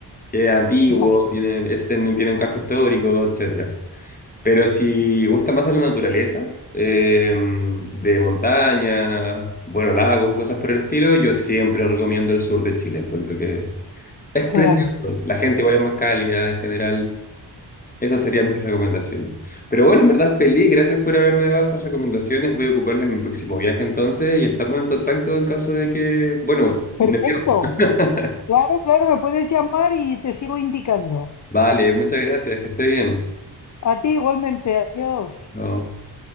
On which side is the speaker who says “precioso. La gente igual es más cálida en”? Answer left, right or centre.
Left